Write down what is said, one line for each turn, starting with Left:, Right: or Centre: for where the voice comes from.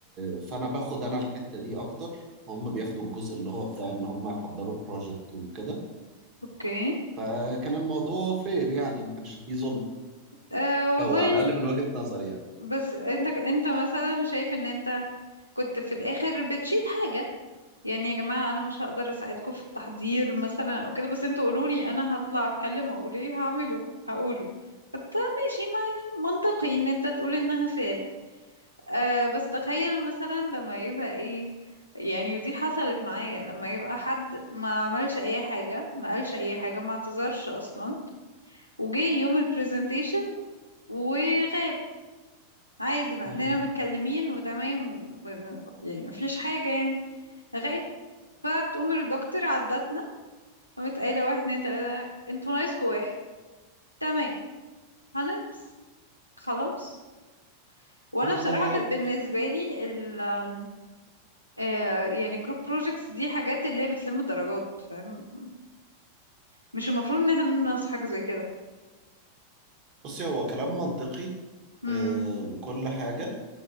Right: فانا باخد انا الحته دي اكتر هم بياخدوا الجزء اللي هو بتاع ان هم يحضروا بروجكت وكده
Left: اوكي
Right: فكان الموضوع فير يعني ما كانش فيه ظلم
Left: أه والله
Right: او على الاقل من وجهة نظري يعني
Left: بس انت انت مثلا شايف ان انت كنت في الاخر بتشيل حاجة يعني يا جماعة أنا مش هقدر أساعدكم في التحضير مثلا أو كده بس انتوا قولولي أنا هطلع أتكلم وأقول ايه هعمله هقوله فانت ماشي ما يعني منطقي إن انت تقول إنها فير أه بس تخيل مثلا لما يبقى ايه يعني ودي حصلت معايا لما يبقى حد ما عملش أي حاجة ما قالش أي حاجة ما اعتذرش أصلا وجي يوم البرزنتيشن وغاب عادي مع
Right: مم.
Left: إننا متكلمين وتمام و- يعني مفيش حاجة يعني غايب فتقوم الدكتور عدتنا قامت قايلة واحد اتنين تلاتة انتوا ناقصكوا واحد تمام هننقص خلاص وانا
Right: أه
Left: بصراحة كانت بالنسبة لي ال آم، آه، يعني جروب بروجيكتس دي حاجات اللي هي بتلم درجات فاهم مش المفروض ان احنا ننقص حاجة زي كده
Right: بصي هو كلام منطقي
Left: امم
Right: أه وكل حاجه